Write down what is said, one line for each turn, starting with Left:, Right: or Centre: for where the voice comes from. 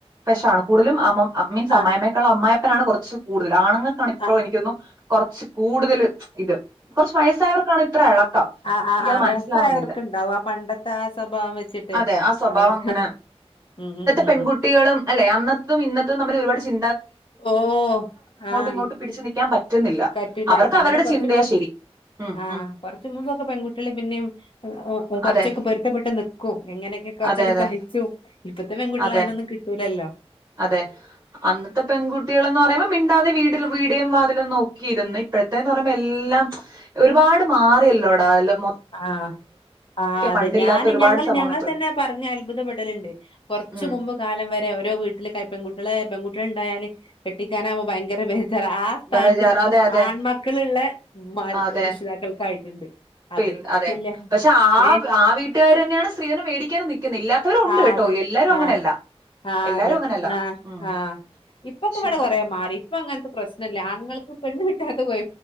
Right: പെശകാണ് കൂടുതലും അമ്മ അമ്മയും
Left: ആഹ്
Right: അമ്മായിയമ്മയെക്കാളും അപ്പായിയപ്പനാണ് കുറച്ച് കൂടുതൽ ആണുങ്ങൾക്കാണ് ഇപ്പോ
Left: ആഹ്
Right: എനിക്ക് തോന്നുന്നു കുറച്ച് കൂടുതൽ ഇത് കുറച്ച് വയസ്സായവർക്കാണ് ഇത്ര ഇളക്കം
Left: ആ ആ
Right: എനിക്കത്
Left: ആ
Right: മനസ്സിലാവുന്നില്ല
Left: വയസ്സായവർക്കുണ്ടാവും ആ പണ്ടത്തെ ആ സ്വഭാവം വച്ചിട്ടേ
Right: അതെ ആ സ്വഭാവം
Left: അവർ
Right: അങ്ങനെ
Left: ഉം ഉം ഉം
Right: പെൺകുട്ടികളും അല്ലേ അന്നത്തേതും ഇന്നത്തേതും തമ്മിൽ ഒരുപാട് ചി
Left: ഓ ആ
Right: ഇങ്ങോട്ടും
Left: ഇ
Right: പിടിച്ചു നിൽക്കാൻ പറ്റുന്നില്ല.
Left: പറ്റൂല്ല
Right: അവർക്ക്
Left: പണ്ട്
Right: അവരുടെ
Left: കുറച്ച്
Right: ചിന്തയാ
Left: മു
Right: ശരി. ഉം
Left: ആ ആ
Right: ഉം.
Left: കുറച്ച് മുമ്പൊക്കെ പെൺകുട്ടികൾ പിന്നെയും അ ഓ കുറച്ചൊക്കെ
Right: അതെ
Left: പൊരുത്തപ്പെട്ട് നിക്കും എങ്ങനൊക്കെ കുറച്ചൊക്കെ
Right: അതെ അതെ
Left: സഹിച്ചും ഇപ്പ ത്തെ പെൺകുട്ടികളെ
Right: അതെ
Left: അയിനൊന്നും കിട്ടൂല ല്ലോ
Right: അതെ അന്നത്തെ പെൺകു ട്ടികളെന്ന് പറയുമ്പോ മിണ്ടാതെ വീടിൽ വീ ടിനെയും വാതിലും നോക്കിയിരുന്ന് ഇപ്പഴത്തെന്ന് പറയുമ്പോ എല്ലാം ഒരുപാട് മാറിയല്ലോടാ എല്ലാം
Left: ആ ആ അതെ
Right: പണ്ടില്ലാത്ത
Left: ഞാൻ
Right: ഒരുപാട്
Left: ഞങ്ങൾ
Right: സംഭവങ്ങൾ
Left: ഞങ്ങൾത്തന്നെ
Right: ഇപ്പഴുണ്ട്.
Left: പറഞ്ഞ് അത്ഭുതപ്പെടലുണ്ട് കുറച്ച്
Right: ഉം.
Left: മുമ്പ് കാലം വരെ ഓരോ വീ ട്ടിലൊക്കയെ പെൺകുട്ടിളേ പെൺകുട്ടികളുണ്ടായാല് കെട്ടിക്കാനാവുമ്പോ ഭയങ്കര ബേ ജാർ ആ സ്ഥാനത്ത്
Right: ബഹജാർ
Left: ഇപ്പോ
Right: അതെ അതെ
Left: ആൺമക്കളുള്ള ഉമ്മമാർ
Right: അതെ
Left: രക്ഷിതാക്കൾക്കായിട്ടുണ്ട്
Right: പിന്നെ
Left: അത്
Right: അതെ
Left: കല്യാ
Right: പക്ഷെ ആ
Left: നേ
Right: ആ വീട്ടുകാരന്നെയാണ് സ്ത്രീധനം വേടിക്കാനും നിക്കുന്നെ ഇല്ലാത്തവരും ഉണ്ട്
Left: ആഹ്
Right: കേട്ടോ
Left: അതെ
Right: എല്ലാരും അങ്ങനെയല്ല
Left: ആഹ് ആഹ്
Right: എല്ലാരും
Left: അതെ
Right: അങ്ങനെയല്ല
Left: ആഹ്
Right: ഉം
Left: ആഹ് ഇപ്പൊക്കെ
Right: പക്ഷെ ഇവിടെ
Left: കൊറേ മാറി ഇപ്പൊ അങ്ങനത്തെ പ്രശ്നല്ല ആണുങ്ങൾക്ക് പെണ്ണ് കിട്ടാത്ത കൊയ